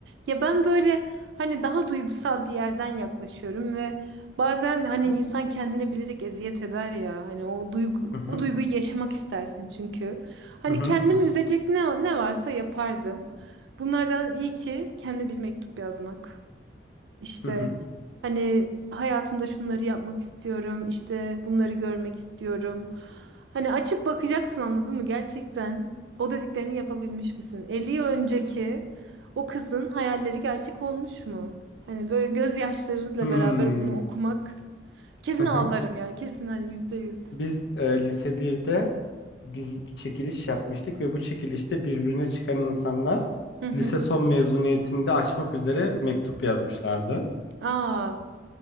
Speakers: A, on the right; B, on the left.
A: Ya ben böyle hani daha duygusal bir yerden yaklaşıyorum ve bazen hani
B: Hı
A: insan kendine bilerek eziyet eder ya. Hani o duygu,
B: hı hı
A: o duyguyu yaşamak istersin çünkü. Hani
B: hı hı
A: kendimi
B: hı
A: üzecek ne ne varsa yapardım. Bunlardan iyi ki kendime bir mektup yazmak. İşte
B: hı. hı.
A: hani hayatımda şunları yapmak istiyorum, işte bunları görmek istiyorum. Hani açıp bakacaksın anladın mı? Gerçekten o dediklerini yapabilmiş misin? 50 yıl önceki o kızın hayalleri gerçek olmuş mu? Hani böyle gözyaşlarıyla
B: Hmm,
A: beraber bunu okumak kesin
B: hı
A: ağlarım
B: hı.
A: yani kesin hani yüzde yüz.
B: Biz e, lise birde biz bir çekiliş yapmıştık ve bu çekilişte birbirine çıkan insanlar
A: Hı hı.
B: lise son mezuniyetinde açmak üzere mektup yazmışlardı.
A: Aa.